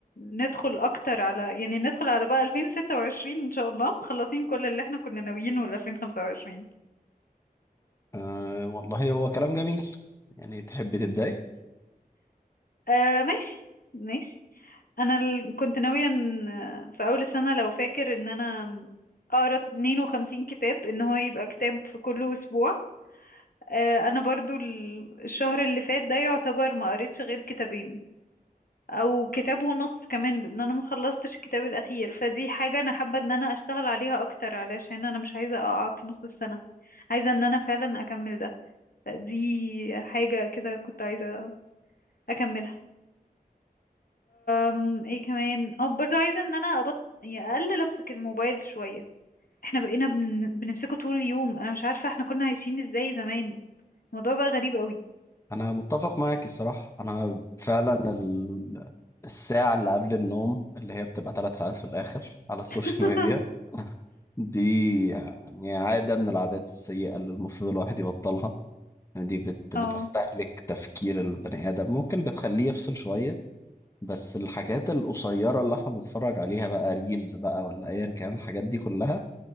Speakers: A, on the left (about 65°); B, on the left (about 20°).
A: ندخل اكتر على يعني ندخل على بقى 2026 ان شاء الله مخلصين كل اللي احنا كنا ناويينه ل 2025
B: أه والله هو كلام جميل يعني تحب تبداي
A: آه ماشي ماشي انا ال- كنت ناوية ان آه، في اول السنة لو فاكر ان انا اقرا 52 كتاب ان هو يبقى كتاب في كل اسبوع آه، انا برضو ال- الشهر اللي فات ده يعتبر ما قريتش غير كتابين او كتاب ونص كمان لان انا ما خلصتش الكتاب الاخير فدي حاجه انا حابه ان انا اشتغل عليها اكتر علشان انا مش عايزه اقع في نص السنه عايزه ان انا فعلا اكمل ده دي حاجه كده كنت عايزه اكملها أم ايه كمان اه برضه عايزه ان انا ابط يعني اقلل امسك الموبايل شويه احنا بقينا بن... بنمسكه طول اليوم انا مش عارفه احنا كنا عايشين ازاي زمان الموضوع بقى غريب قوي
B: انا متفق معاك الصراحة انا فعلا ال... الساعة اللي قبل النوم اللي هي بتبقى ثلاث ساعات في الآخر على السوشيال
A: <laughs>
B: ميديا دي يعني عادة من العادات السيئة اللي المفروض الواحد يبطلها يعني دي بت
A: اه
B: بتستهلك تفكير البني آدم ممكن بتخليه يفصل شوية بس الحاجات القصيرة اللي احنا بنتفرج عليها بقى ريلز بقى ولا أيا كان الحاجات دي كلها